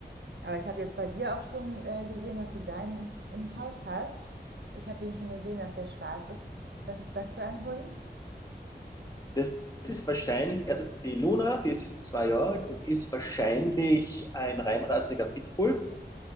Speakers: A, on the right (about 80°); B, on the left (about 20°).
A: Aber ich habe jetzt bei dir auch schon äh, gesehen, dass du deinen im Haus hast. Ich habe den schon gesehen, dass der schwarz ist. Was ist das für ein Hund?
B: Das ist wahrscheinlich, also die Luna, die ist jetzt zwei Jahre alt und ist wahrscheinlich ein reinrassiger Pitbull.